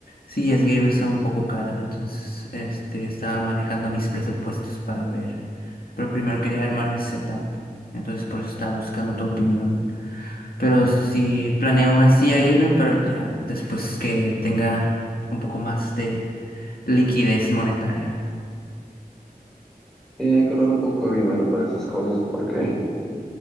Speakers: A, on the left; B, in the centre.
A: sillas gamers son un poco caras, entonces, este, estaba manejando mis presupuestos para ver. Pero primero quería armar mi setup, entonces por eso estaba buscando tu opinión. Pero sí planeo una silla gamer, pero ya después que tenga un poco más de liquidez monetaria.
B: Sí, hay que ahorrar un poco de dinero para esas cosas porque